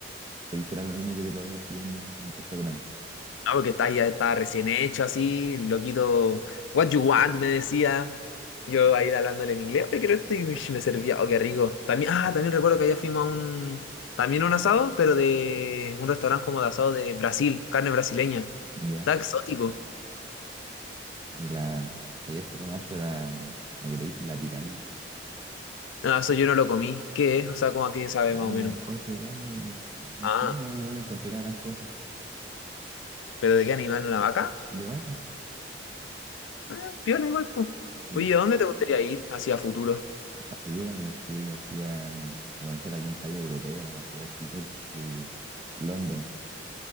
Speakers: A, on the right; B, on the left.
A: se dice lo mismo que te lo dé así un, un restaurante.
B: No, porque está, ya estaba recién hecho así, loquito. What you want, me decía. Yo ahí hablándole en inglés. Oye, quiero esto y uish, me servía. Oh, qué rico. También, ah, también recuerdo que allá fuimos a un... También a un asado, pero de un restaurante como de asado de Brasil, carne brasileña.
A: Ya,
B: Está exótico.
A: y la, allá se come harto la, la que le dicen la piraña.
B: No, eso yo no lo comí. ¿Qué es? O sea, ¿cómo a qué sabe
A: Es
B: más
A: un
B: o menos?
A: corte de carne, no
B: Ah,
A: sé, no, no le encontré la gran cosa.
B: ¿pero de qué animal? ¿Una vaca?
A: ¿De vaca?
B: Ah, piola igual, pues.
A: Sí.
B: Oye, ¿a dónde te gustaría ir hacia futuro?
A: A futuro me gustaría ir así a, a conocer algún país europeo, no sé, así corte London.